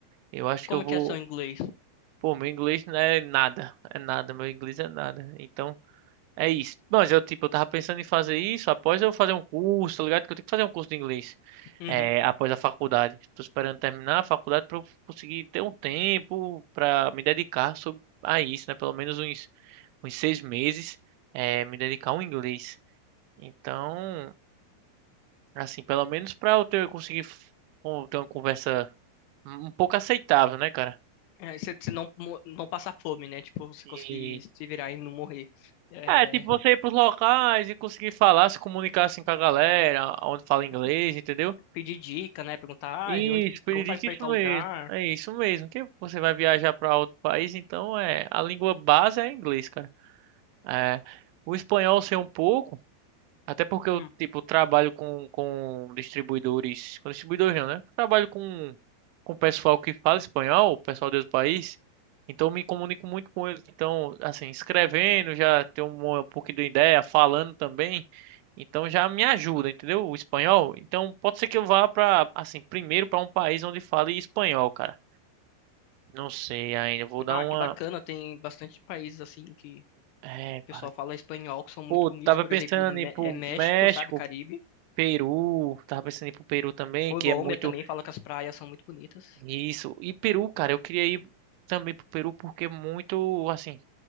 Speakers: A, on the right; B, on the left.
A: Eu acho que
B: Como
A: eu vou.
B: que é seu inglês?
A: Pô, meu inglês não é nada, é nada, meu inglês é nada. Então. É isso. Mas eu, tipo, eu tava pensando em fazer isso após eu fazer um curso, tá ligado? Que eu tenho que fazer um curso de inglês.
B: Uhum.
A: É, após a faculdade. Tô esperando terminar a faculdade pra eu conseguir ter um tempo pra me dedicar sob- a isso, né? Pelo menos uns, uns seis meses, é, me dedicar ao inglês. Então, assim, pelo menos pra eu ter, eu conseguir f- com- ter uma conversa um pouco aceitável, né, cara?
B: É, você você não, mo- não passar fome, né? Tipo, você
A: E.
B: conseguir se virar e não morrer. É,
A: É, tipo, você ir pros locais e conseguir falar, se comunicar assim com a galera, onde fala
B: tipo,
A: inglês, entendeu?
B: pedir dica, né? Perguntar,
A: Isso,
B: ah, e onde que,
A: Piririca,
B: como faz pra
A: isso
B: ir tal
A: mesmo.
B: lugar?
A: É isso mesmo. Que você vai viajar para outro país, então é a língua base é inglês, cara. É, o espanhol sei um pouco. Até porque eu,
B: Hum,
A: tipo, trabalho com, com distribuidores. Com distribuidores não, né? Trabalho com, com pessoal que fala espanhol, pessoal desse país. Então eu me comunico muito com eles. Então, assim, escrevendo, já tenho um, um pouquinho de ideia, falando também. Então já me ajuda, entendeu? O espanhol. Então pode ser que eu vá pra, assim, primeiro pra um país onde fale espanhol, cara. Não sei ainda. eu Vou dar
B: Ah,
A: uma.
B: que bacana, tem bastante países assim que
A: É,
B: o
A: para.
B: pessoal fala espanhol que são muito
A: Pô,
B: bonitos,
A: tava
B: por
A: pensando
B: exemplo, Mé-
A: em ir pro
B: é México,
A: México,
B: sabe, Caribe.
A: Peru. Tava pensando em ir pro Peru também,
B: Colômbia
A: que é muito.
B: também fala que as praias são muito bonitas.
A: Isso. E Peru, cara, eu queria ir também pro Peru porque é muito, assim,